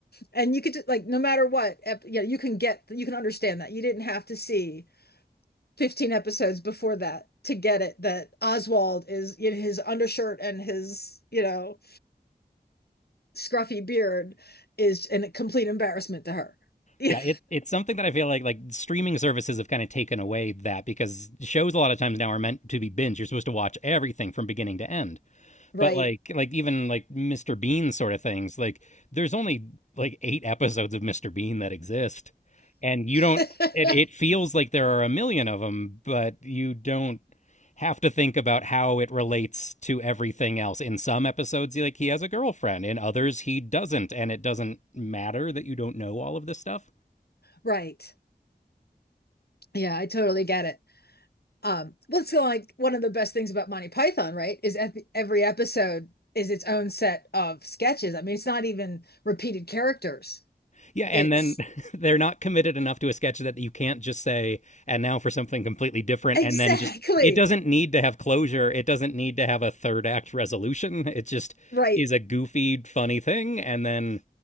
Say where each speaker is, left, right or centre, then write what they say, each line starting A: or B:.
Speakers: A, on the left (about 75°); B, on the left (about 45°).
A: And you could like, no matter what, ep- you know, you can get, you can understand that you didn't have to see 15 episodes before that to get it that Oswald is in his undershirt and his, you know, scruffy beard is a complete embarrassment to her. <laughs> Yeah,
B: Yeah, it, it's something that I feel like like streaming services have kind of taken away that because shows a lot of times now are meant to be binge. You're supposed to watch everything from beginning to end.
A: right.
B: But like like even like Mr. Bean sort of things, like there's only like eight episodes of Mr. Bean that exist, and you don't.
A: <laughs>
B: It it feels like there are a million of them, but you don't have to think about how it relates to everything else. In some episodes, like he has a girlfriend. In others, he doesn't, and it doesn't matter that you don't know all of this stuff.
A: right. Yeah, I totally get it. Um, well, it's like one of the best things about Monty Python, right? Is ev- every episode is its own set of sketches. I mean, it's not even repeated characters.
B: Yeah, and
A: It's
B: then <laughs> they're not committed enough to a sketch that you can't just say, and now for something completely different,
A: <laughs> exactly
B: and then just, it doesn't need to have closure. It doesn't need to have a third act resolution. It just
A: right.
B: is a goofy, funny thing. And then,